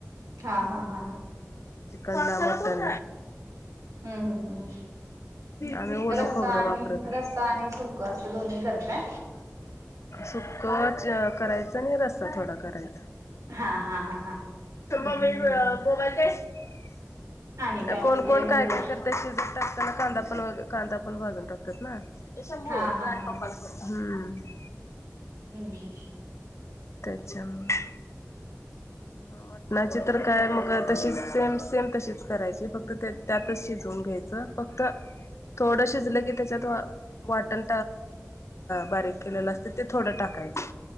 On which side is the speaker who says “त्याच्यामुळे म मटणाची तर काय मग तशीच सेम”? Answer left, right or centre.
Left